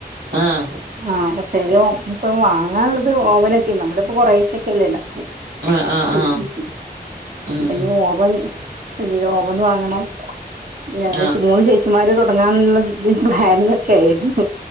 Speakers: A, on the right; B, on the right.
A: ആഹ്
B: ആഹ് പക്ഷെ അതിന്റെ ഒപ്പം വാങ്ങാള്ളത് ഓവനൊക്കെ നമ്മുടെ ഇപ്പോ കൊറേശ്ശൊക്കെ അല്ലേ ഇണ്ടാക്കൂ.
A: ആഹ് ആഹ്
B: വീട്ടിലെക്ക്‌.
A: ആഹ് ഉം
B: അപ്പ ഇനി ഓവൻ, ഓവൻ വാങ്ങണം. ഞങ്ങൾ
A: ആഹ്
B: ച്ച് മൂന്ന് ചേച്ചി മാര് തുടങ്ങാനുള്ള ഒരു പ്ലാനിലൊക്കെ ആയിരുന്നു.